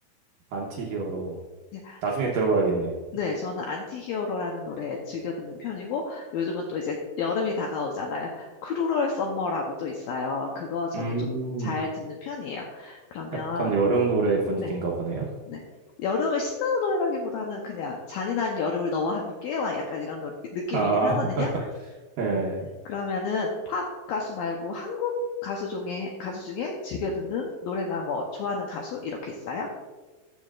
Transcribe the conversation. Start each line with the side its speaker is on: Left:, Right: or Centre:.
Right: 안티히어로
Left: 예,
Right: 나중에 들어봐야겠네요.
Left: 네, 저는 안티히어로라는 노래 즐겨 듣는 편이고 요즘은 또 이제 여름이 다가오잖아요. 크루럴 썸머라고 또 있어요. 그거 저는
Right: 음,
Left: 좀 잘 듣는 편이에요. 그러면
Right: 약간 여름 노래 분위기인가
Left: 네,
Right: 보네요.
Left: 네. 여름에 신나는 노래라기보다는 그냥 잔인한 여름을 너와 함께 막 약간 이런 노- 느낌이긴
Right: 아,
Left: 하거든요.
Right: <laughs> 네.
Left: 응. 그러면은 팝 가수 말고 한국 가수 중에 가수 중에 즐겨 듣는 노래나 뭐 좋아하는 가수 이렇게 있어요?